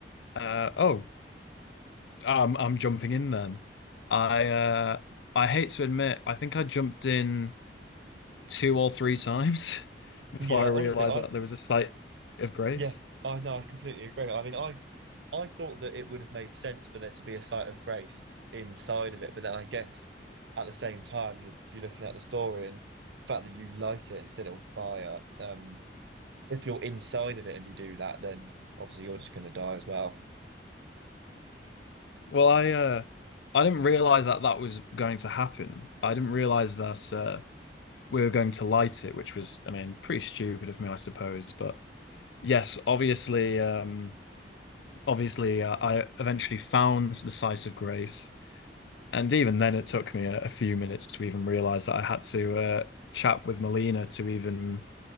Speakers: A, on the left; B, on the right.
A: uh, oh, I'm I'm jumping in then. I uh, I hate to admit, I think I jumped in two or three times <laughs>
B: Hmm.
A: before
B: Yeah,
A: I realized
B: honestly, I
A: that there was a site of grace.
B: yeah, I no, I completely agree. I mean, I I thought that it would have made sense for there to be a site of grace inside of it, but then I guess at the same time, you- if you're looking at the story and the fact that you light it and set it on fire, um, if you're inside of it and you do that, then obviously you're just going to die as well.
A: Well, I uh, I didn't realize that that was going to happen. I didn't realize that uh, we were going to light it, which was, I mean, pretty stupid of me, I suppose. But yes, obviously, um, obviously, uh, I eventually found the site of grace. And even then, it took me a, a few minutes to even realize that I had to uh, chat with Molina to even